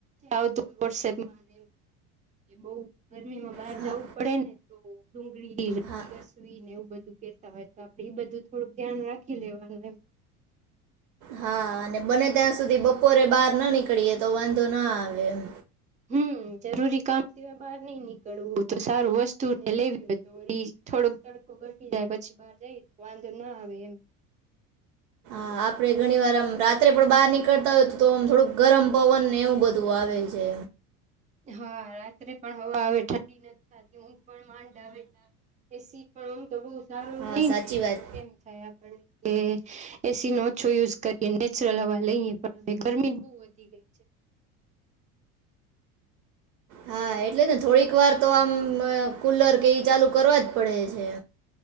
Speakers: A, on the right; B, on the right.
A: આવતું હોય વોટસપમાં <inaudible> એ બહ ગરમીમાં બહાર
B: હા
A: જવું પડે ને તો ડુંગળી
B: હા
A: ઘસવીને એવું બધું કેતા હોય તો આપડે એ બધું થોડુંક ધ્યાન રાખી લેવાનું એમ.
B: હા અને બને ત્યાં સુધી બપોરે બહાર ના નીકળીએ તો વાંધો ના આવે એમ.
A: હમ જરૂરી કામ સિવાય બહાર નઈ નીકળવું તો સારું વસ્તુ ને લેવી હોય તો વળી થોડોક તડકો ઘટી જાય પછી બહાર જઈએ તો વાંધોના આવે એમ.
B: હા આપડે ઘણી વાર આમ રાત્રે પણ બહાર નીકળતા હોય તો તો આમ થોડુંક ગરમ પવન ને એવું બધું આવે છે.
A: હા રાત્રે પણ હવા આવે ઠંડી નથી થાતી હો. પણ માંડ આવેે એ સી. પણ આમ તો બહુ સારું
B: હા
A: નઈ
B: સાચી
A: ને એમ
B: વાત
A: એમ થાય આપડને કે એ સી નો ઓછો યુઝ કરીએ નેચરલ હવા લઈએ પણ હવે ગરમી બહુ વધી ગઈ છે.
B: હા એટલે ને થોડીક વાર તો આમ કુલર કે એ ચાલુ કરવા જ પડે છે.